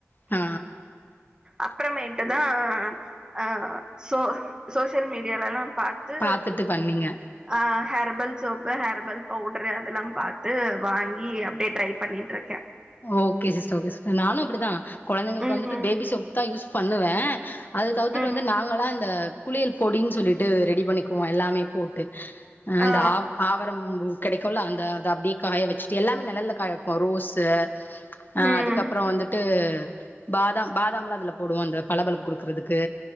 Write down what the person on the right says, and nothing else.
அப்பறமேட்டு தான் அ சோ சோசியல் மீடியால எல்லா பா த்து
அ ஹெர்பல் சோப்பு ஹெர்பல் பவுடரு அதெல்லா பாத்து வாங்கி அப்டியே ட்ரை பண்ணிட்டிருக்கே
ம்
ம்
ஆ
ம்